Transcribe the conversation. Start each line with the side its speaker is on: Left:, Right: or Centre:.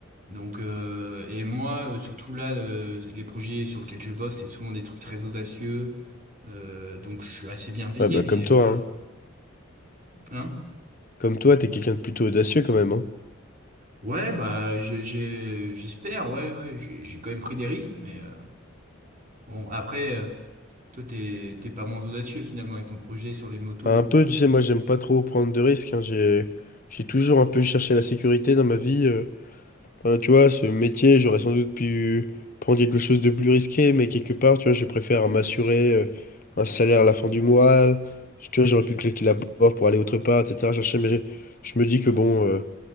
Right: Donc, euh, et moi, euh, surtout là, euh, les projets sur lesquels je bosse, c'est souvent des trucs très audacieux. Euh, donc, je suis assez bien payé,
Left: Ouais, bah
Right: mais
Left: comme
Right: euh,
Left: toi,
Right: voilà.
Left: hein.
Right: Hein?
Left: Comme toi, t'es quelqu'un de plutôt audacieux quand même, hein.
Right: Ouais, bah, j'ai- j'ai- j'espère, ouais, ouais, j'ai j'ai quand même pris des risques, mais euh, bon, après, euh, toi, t'es t'es pas moins audacieux finalement avec ton projet sur les motos
Left: Enfin,
Right: et
Left: Un
Right: tout.
Left: peu, tu sais,
Right: euh,
Left: moi j'aime pas trop prendre de risques, hein. J'ai... J'ai toujours un peu cherché la sécurité dans ma vie. euh. Enfin, tu vois, ce métier, j'aurais sans doute pu prendre quelque chose de plus risqué, mais quelque part, tu vois, je préfère m'assurer euh, un salaire à la fin du mois. Tu vois, j'aurais pu claquer la porte pour aller autre part, etc. mais je me dis que bon... euh,